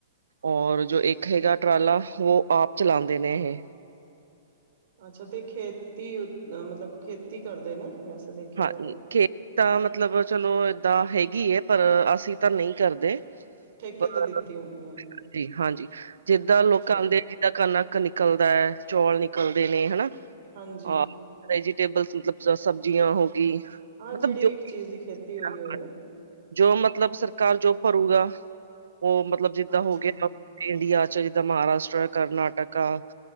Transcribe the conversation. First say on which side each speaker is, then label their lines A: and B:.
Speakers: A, on the right; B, on the right.
A: ਔਰ ਜੋ ਇੱਕ ਹੈਗਾ ਟਰਾਲਾ, ਉਹ ਆਪ ਚਲਾਂਦੇ ਨੇ ਇਹ।
B: ਅੱਛਾ, ਤੇ ਖੇਤੀ ਉ ਮਤਲਬ ਖੇਤੀ ਕਰਦੇ ਨੇ? ਵੈਸੇ ਦੇਖਿਆ
A: ਹਾਂਜੀ,
B: ਜਾਏ ਤੇ।
A: ਖੇਤ ਤਾਂ ਮਤਲਬ ਚਲੋ ਏਦਾਂ ਹੈਗੀ ਐ, ਪਰ ਅਸੀਂ ਤਾਂ ਨਹੀਂ ਕਰਦੇ।
B: ਠੇਕੇ
A: <unintelligible>
B: ਤੇ ਦਿੱਤੀ ਹੋਣੀ ਹੈ
A: ਹਾਂਜੀ, ਜਿੱਦਾਂ ਲੋਕ
B: ਅੱਛਾ
A: ਆਦੇ
B: ਜੀ।
A: ਕਨਕ ਨਿਕਲਦਾ ਐ, ਚੌਲ ਨਿਕਲਦੇ ਨੇ ਹਨਾ। ਅ
B: ਹਾਂਜੀ
A: ਵੈਜੀਟੇਬਲਸ ਮਤਲਬ ਸ, ਸਬਜ਼ੀਆਂ ਹੋਗੀ,
B: ਹਾਂ
A: ਮਤਲਬ
B: ਜਿਹੜੀ
A: ਜੋ
B: ਵੀ ਇੱਕ ਚੀਜ਼ ਦੀ ਖੇਤੀ
A: <inaudible>
B: ਹੋਈ ਹੋਏ।
A: ਜੋ ਮਤਲਬ, ਸਰਕਾਰ ਜੋ ਭਰੂਗਾ ਉਹ ਮਤਲਬ, ਜਿੱਦਾਂ
B: ਅੱਛਾ
A: ਹੋ ਗਿਆ ਇੰਡੀਆ ਚ ਜਿੱਦਾਂ ਮਹਾਰਾਸ਼ਟਰ, ਕਰਨਾਟਕਾ